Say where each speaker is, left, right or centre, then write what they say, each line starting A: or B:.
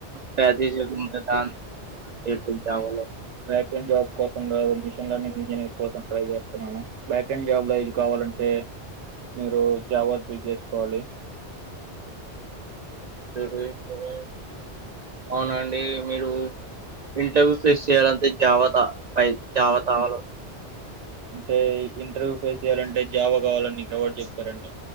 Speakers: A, on the right; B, on the right.
A: ప్రాక్టీస్ చేస్కుంటరా <unintelligible>
B: బ్యాక్ అండ్ జాబ్ కోసం మిషన్ లర్నింగ్ ఇంజనీర్ కోసం ట్రై చేస్తున్నాను. బ్యాక్ అండ్ జాబ్ల ఇది కావాలంటే మీరు జావా చూస్ చేస్కోవాలి.
A: సరే సరే అవునండి మీరు ఇంటర్వ్యూ ఫేస్ చేయాలంతే జావత పై జవతవాల
B: అంటే ఇంటర్వ్యూ ఫేస్ చెయ్యాలంటే జావా కావాలని నీక్ ఎవడ్ చెప్పారండి.